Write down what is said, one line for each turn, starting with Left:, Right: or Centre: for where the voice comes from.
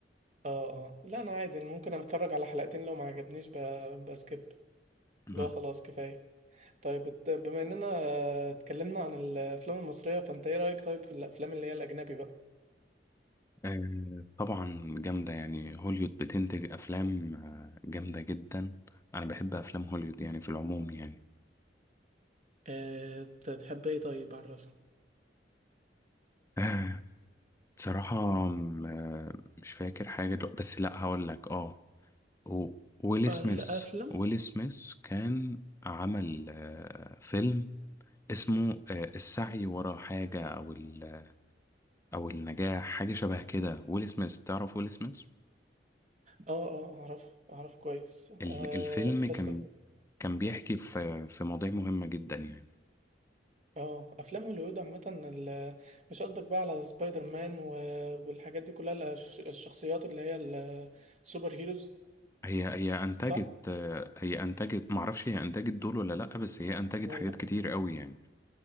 Right: اه اه لا انا عادي أنا ممكن اتفرج على حلقتين لو ما عجبنيش ب- بسكيب
Left: مم.
Right: لا خلاص كفاية طيب ات- بما اننا آه، اتكلمنا عن الافلام المصرية فانت ايه رأيك طيب في الافلام اللي هي الاجنبي بقى
Left: آه طبعا جامدة يعني هوليوود بتنتج افلام آه، جامدة جدا انا بحب افلام هوليوود يعني في العموم يعني
Right: اه ت- تحب ايه طيب عرفني
Left: آه بصراحة م- آه، مش فاكر حاجة دلوقتي بس لا هقول لك اه و- ويل
Right: الافلام
Left: سميث ويل سميث كان عمل آه، فيلم اسمه آه، السعي ورا حاجة أو ال- أو النجاح حاجة شبه كده ويل سميث تعرف ويل سميث
Right: اه اه اعرف اعرف كويس
Left: ال-
Right: آه
Left: الفيلم كان
Right: بس
Left: كان بيحكي في في مواضيع مهمة جدا يعني
Right: اه افلام هوليوود عامة ال- مش قصدك بقى على سبايدر مان و- والحاجات دي كلها الش- الشخصيات اللي هي ال- السوبر هيروز
Left: هي هي أنتجت
Right: صح
Left: آه، هي أنتجت معرفش هي أنتجت دول ولا لأ بس هي أنتجت
Right: ولا
Left: حاجات كتير قوي يعني